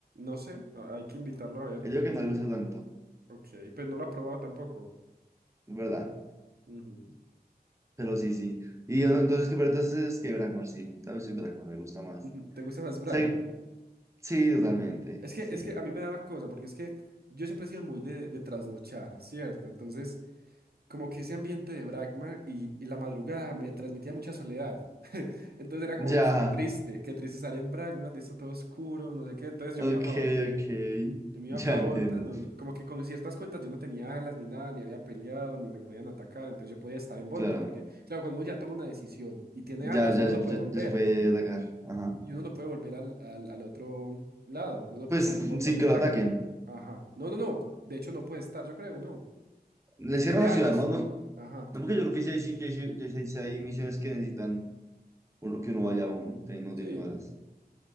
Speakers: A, on the right; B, on the right.
A: No sé, a- hay que invitarlo a ver.
B: Yo digo que no le gusta tanto,
A: Ok, pues no lo ha probado tampoco.
B: es verdad.
A: Ujú,
B: Pero sí, sí. Y yo, entonces, que- pero entonces es que Brakmar, sí. Tal vez sí, Brakmar me gusta más.
A: ujú.
B: O
A: ¿Te gusta más Bragman?
B: sea, que- sí, totalmente,
A: Es que,
B: sí.
A: es que a mí me da una cosa, porque es que yo siempre he sido muy de, de trasnochar, ¿cierto? Entonces, como que ese ambiente de Bragman y, y la madrugada me transmitía mucha soledad. Entonces era
B: Ya,
A: como, uff, qué triste, qué triste estar en Bragman, de esto todo oscuro, no sé qué. Entonces
B: ok,
A: yo me iba para Bonta.
B: ok.
A: Yo me iba
B: Ya
A: para Bonta,
B: entiendo.
A: no- no- como que con ciertas cuentas yo no tenía alas ni nada, ni había peleado, ni me podían atacar. Entonces yo podía estar en Bonta,
B: Claro,
A: porque claro, cuando uno ya toma una decisión y tiene
B: ya,
A: alas,
B: ya,
A: uno no
B: se-
A: puede
B: ya,
A: volver.
B: ya se puede atacar. Ajá.
A: Y uno no puede volver al, al, al otro lado. Uno no
B: Pues
A: puede estar en
B: sin
A: Bonta si es
B: que
A: Bragma.
B: lo ataquen.
A: Ajá. No, no, no. De hecho, no puede estar, yo creo, no.
B: Le
A: Si
B: cierran
A: tiene
B: la
A: alas.
B: ciudad, ¿no? No, no
A: Ajá.
B: porque yo creo que sí hay, sí hay- sí hay- sí hay misiones que necesitan uno, que uno vaya aún, te- no
A: Sí.
B: teniendo alas.